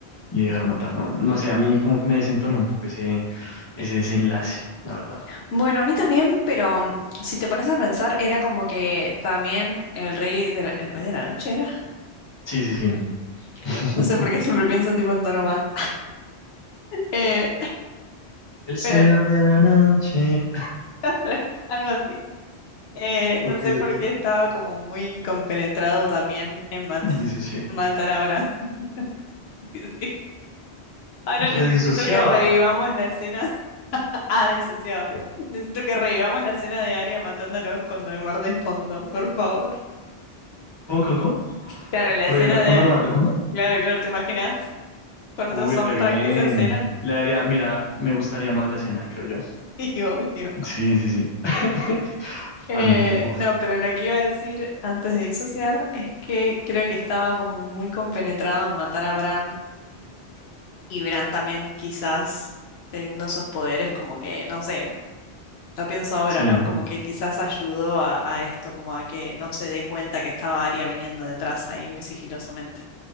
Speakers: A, on the left (about 25°); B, on the left (about 70°).
A: y dejar matar? No, no sé, a mí como que me desentonó un poco ese, ese desenlace, la verdad.
B: Bueno, a mí también, pero mm, si te pones a pensar, era como que también el rey de la, el rey de la noche era. <laughs>
A: Sí, sí, sí. <laughs>
B: No sé por qué siempre pienso tipo en Don Omar. Eh,
A: El señor
B: pero
A: de la noche.
B: <laughs> algo así. Eh,
A: Ok,
B: no sé por
A: ok.
B: qué estaba como muy compenetrado también en matar, <laughs>
A: Disocié.
B: matar a Bran. <laughs> Sí, sí. Ahora necesito
A: Redisociaba.
B: que revivamos la escena. <laughs> Ah, disociado. Necesito que revivamos la escena de Arya matándolos con Don Omar de fondo, por favor.
A: ¿Cómo, cómo, cómo?
B: Claro, la
A: ¿Revirla
B: escena
A: con
B: de...
A: Don Omar de fondo?
B: Claro, claro, ¿te imaginas? Con
A: Uy,
B: otro soundtrack
A: re bien.
B: esa escena.
A: Le daría, mira, me gustaría más la escena, creo yo.
B: <laughs> Y obvio.
A: Sí, sí, sí. <laughs>
B: Eh,
A: Fan. Uf,
B: no, pero lo que iba a decir antes de disociar es que creo que estaba como muy compenetrado en matar a Bran y Bran también quizás teniendo esos poderes como que, no sé, lo pienso ahora,
A: sí.
B: ¿no? Como que quizás ayudó a, a esto, como a que no se dé cuenta que estaba Arya viniendo detrás ahí muy sigilosamente.